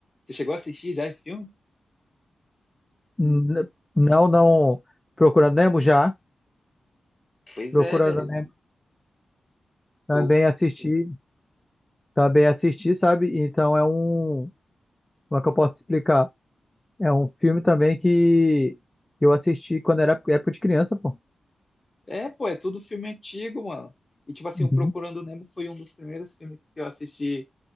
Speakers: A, on the left; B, on the left.
A: Você chegou a assistir já esse filme?
B: N- Não, não. Procurando Nemo já.
A: Pois
B: Procurando
A: é, velho.
B: Nemo também
A: Eu
B: assisti. também assisti, sabe? Então é um. Como é que eu posso explicar? É um filme também que que eu assisti quando era época de criança, pô.
A: É, pô, é tudo filme antigo, mano. E, tipo assim,
B: Uhum.
A: o Procurando Nemo foi um dos primeiros filmes que eu assisti